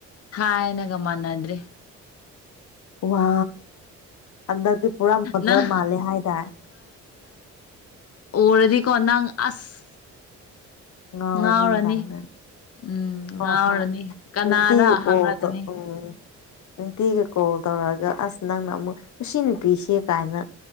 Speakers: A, on the left; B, on the left.
A: ꯍꯅꯒꯃꯅꯗ꯭ꯔꯤ
B: ꯋꯥ ꯍꯟꯗꯛꯇꯗꯤꯤ ꯄꯨꯔꯥ ꯃꯣꯗꯦꯜ
A: ꯅꯪ
B: ꯃꯥꯜꯂꯦ ꯍꯥꯏꯇꯥꯔꯦ
A: ꯑꯣꯔꯗꯤ ꯀꯅꯥ ꯑꯁ
B: ꯉꯔꯅꯤ
A: ꯉꯥꯎꯔꯅꯤ
B: ꯀꯥꯏꯅ
A: ꯎꯝ
B: ꯍꯣꯏ
A: ꯉꯥꯎꯔꯅꯤ
B: ꯍꯣꯏꯇꯤꯀꯗ
A: ꯀꯅꯥꯔ ꯍꯪꯔꯛꯀꯅꯤ
B: ꯎꯝ ꯅꯨꯡꯇꯤꯒ ꯀꯣꯜ ꯇꯧꯔꯛꯑꯒ ꯑꯁ ꯅꯪꯅ ꯑꯃꯨꯛ ꯁꯤ ꯅꯨꯄꯤꯁꯤ ꯀꯥꯏꯅ